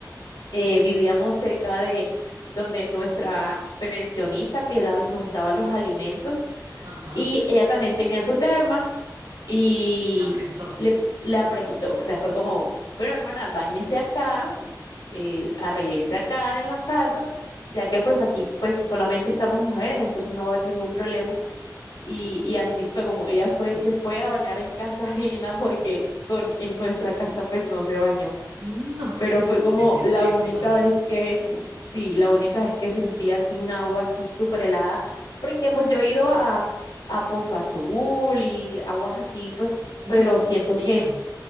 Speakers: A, on the left (about 80°); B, on the right (about 85°).
A: eh, vivíamos cerca de donde nuestra pensionista que daba- nos daba los alimentos
B: Ajá,
A: y ella también tenía su terma. Y
B: se aprestó.
A: le, la prestó, o sea, fue como, bueno, hermana, báñese acá, eh, arréglese acá en la casa, ya que pues aquí pues solamente estamos mujeres, entonces no va a haber ningún problema. Y, y así fue como ella fue, se fue a bañar en casa <laughs> ajena porque con, en nuestra casa pues no se bañó
B: No, <laughs>
A: pero
B: es
A: fue
B: que con
A: como
B: ese
A: la
B: frío
A: única
B: me imagino.
A: vez que, sí, la única vez que sentí así un agua así súper helada, porque pues yo he ido a, a Pozo Azul y aguas así, pues,
B: No
A: pero
B: es tan
A: siento
B: frío.
A: que,